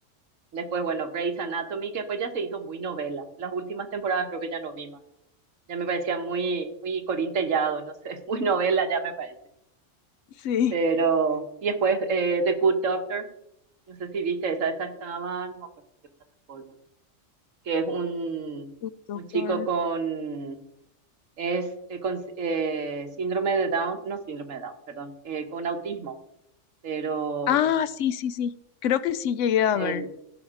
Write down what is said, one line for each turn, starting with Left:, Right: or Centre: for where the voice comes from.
Right: después, bueno, Grey's Anatomy, que después ya se hizo muy novela. Las últimas temporadas creo que ya no vi más. ya me parecía muy, muy Corín Tellado, no sé, <laughs> muy novela ya me parece.
Left: Sí.
Right: Pero, y después eh, The Good Doctor, no sé si viste esa, esa estaba, no me acuerdo en qué plataforma, que es un,
Left: El doctor.
Right: un chico con, es eh, con eh, síndrome de Down, no síndrome de Down, perdón, eh, con autismo, pero
Left: Ah, sí, sí, sí. Creo que sí llegué a
Right: el,
Left: ver